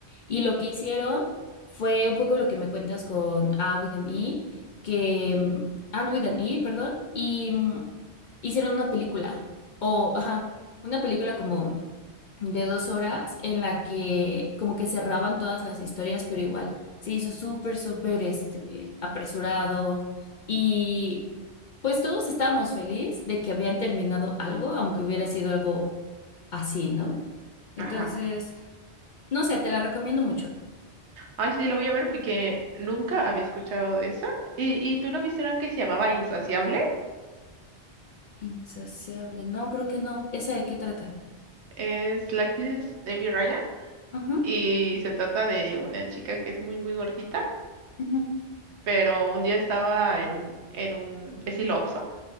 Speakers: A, on the left; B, on the right.
A: Y lo que hicieron fue un poco lo que me cuentas con A with an E, que mm, And with an E, perdón, y mm, hicieron una película. O, ajá, una película como de dos horas en la que como que cerraban todas las historias, pero igual se hizo súper, súper este, apresurado y pues todos estábamos felices de que habían terminado algo, aunque hubiera sido algo así, ¿no? Entonces,
B: ajá.
A: no sé, te la recomiendo mucho.
B: Ay, sí, la voy a ver porque nunca había escuchado de esa. ¿Y, y tú no viste una que se llamaba Insaciable?
A: Insaciable, no, creo que no. ¿Esa de qué trata?
B: Es la actriz es Debbie Ryan
A: Ujú,
B: y se trata de una chica que es muy, muy gordita,
A: ujú,
B: pero un día estaba en, en un estilo Oxxo